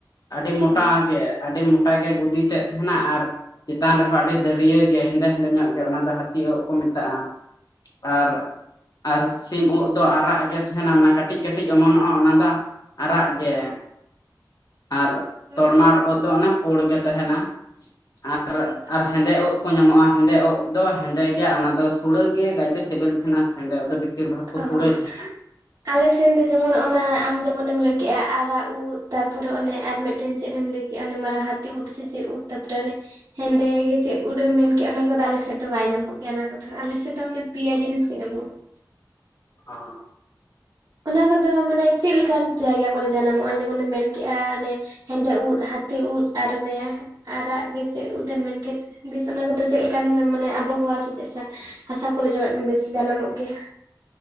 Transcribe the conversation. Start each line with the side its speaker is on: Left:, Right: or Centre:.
Left: ᱟᱹᱰᱤ ᱢᱚᱴᱟ
Right: ᱚ
Left: ᱜᱮ ᱟᱹᱰᱤ ᱢᱚᱴᱟ ᱜᱮ ᱜᱚᱫᱤᱛᱮ ᱛᱟᱦᱮᱱᱟ ᱟᱨ ᱾ ᱪᱮᱛᱟᱱ ᱨᱮᱦᱚᱸ ᱟᱹᱰᱤ ᱫᱟᱹᱨᱭᱟᱹᱜ ᱜᱮ ᱦᱮᱸᱫᱮ ᱦᱮᱸᱫᱮ ᱧᱚᱜ ᱜᱮ ᱚᱱᱟ ᱫᱚ ᱦᱟᱹᱛᱤ ᱳᱫ ᱠᱚ ᱢᱮᱛᱟᱜ-ᱟ ᱾ ᱟᱨ ᱟᱨ ᱥᱤᱢ ᱩᱵ ᱫᱚ ᱟᱨᱟᱜ ᱜᱮ ᱛᱟᱦᱮᱱᱟ, ᱢᱟᱱᱮ ᱠᱟᱹᱴᱤᱡ ᱠᱟᱹᱴᱤᱡ ᱚᱢᱚᱱᱚᱜ-ᱟ ᱚᱱᱟ ᱫᱚ ᱟᱨᱟᱜ ᱜᱮ ᱾ ᱟᱨ
Right: ᱦᱩᱸ
Left: ᱛᱚᱲᱢᱟᱨ
Right: ᱛᱚ
Left: ᱩᱫ ᱫᱚ ᱚᱱᱮ ᱯᱩᱲ ᱜᱮ ᱛᱟᱦᱮᱱᱟ ᱟᱨ
Right: ᱦᱩᱸ
Left: ᱟᱨ ᱦᱮᱸᱫᱮ ᱠᱚ ᱧᱟᱢᱚᱜ-ᱟ ᱦᱮᱸᱫᱮ ᱚᱜ ᱫᱚ ᱦᱮᱸᱫᱮ ᱜᱮᱭᱟ ᱚᱱᱟ ᱫᱚ ᱥᱩᱲᱟᱹ ᱜᱮᱭᱟ ᱜᱟᱡᱮ ᱥᱤᱵᱤᱞ ᱛᱟᱦᱮᱱᱟ ᱦᱮᱸᱫᱮ ᱚᱚᱜ ᱫᱚ ᱵᱮᱥᱤᱨ ᱵᱷᱟᱜᱽ ᱾ ᱠᱩ
Right: ᱚ
Left: ᱥᱚᱲᱮ ᱛᱟᱦᱮᱱᱟ
Right: ᱟᱞᱮ ᱥᱮᱱ ᱫᱚ ᱡᱮᱢᱚᱱ ᱚᱱᱟ ᱟᱢ ᱡᱮᱢᱚᱱᱮᱢ ᱞᱟᱹᱭ ᱠᱮᱜ-ᱟ ᱟᱨᱟᱜ ᱩᱫ ᱛᱟᱨᱯᱚᱨᱮ ᱚᱱᱮ ᱟᱨ ᱢᱤᱫᱴᱮᱱ ᱪᱮᱫ ᱮᱢ ᱞᱟᱹᱭ ᱠᱮᱫᱟ ᱾ ᱪᱮᱫ ᱚᱱᱟ ᱢᱟᱨᱟ ᱦᱟᱹᱛᱤ ᱩᱫ ᱥᱮ ᱪᱮᱫ ᱩᱫ ᱛᱟᱯᱟᱨᱮ ᱦᱮᱸᱫᱮ ᱜᱮ ᱪᱮᱫ ᱩᱫ ᱮᱢ ᱢᱮᱱᱠᱮᱜ-ᱟ ᱚᱱᱟ ᱠᱚᱫᱚ ᱟᱞᱮ ᱥᱮᱫ ᱫᱚ ᱵᱟᱭ ᱧᱟᱢᱚᱜ ᱜᱮᱭᱟ, ᱚᱱᱟ ᱠᱚᱫᱚ ᱟᱞᱮ ᱥᱮᱫ ᱫᱚ ᱚᱱᱮ ᱯᱮᱭᱟ ᱡᱤᱱᱤᱥ ᱜᱮ ᱧᱟᱢᱚᱜ-ᱟ ᱾
Left: ᱚ ᱾
Right: ᱚᱱᱟ ᱠᱚᱫᱚ ᱢᱟᱱᱮ ᱪᱮᱫ ᱞᱮᱠᱟᱱ ᱡᱟᱭᱜᱟ ᱠᱚᱨᱮ ᱡᱟᱱᱟᱢᱚᱜ-ᱟ? ᱡᱮᱢᱚᱱᱮᱢ ᱢᱮᱱᱠᱮᱜ-ᱟ ᱚᱱᱮ ᱾ ᱦᱮᱸᱫᱮ ᱩᱫ, ᱦᱟᱹᱛᱤ ᱩᱫ ᱟᱨ ᱚᱱᱮ ᱟᱨᱟᱜ ᱜᱮ ᱪᱮᱫ ᱩᱫ ᱮᱢ ᱢᱮᱱᱠᱮᱫ ᱾ ᱵᱮᱥ ᱚᱱᱟ ᱠᱚᱫᱚ ᱪᱮᱫ ᱞᱮᱠᱟᱱ? ᱢᱟᱱᱮ ᱟᱵᱚᱦᱟᱣᱟ ᱥᱮ ᱪᱮᱫᱞᱠᱟᱱ ᱦᱟᱥᱟ ᱠᱚᱨᱮ ᱵᱮᱥᱤ ᱡᱟᱱᱟᱢᱚᱜ ᱜᱮᱭᱟ?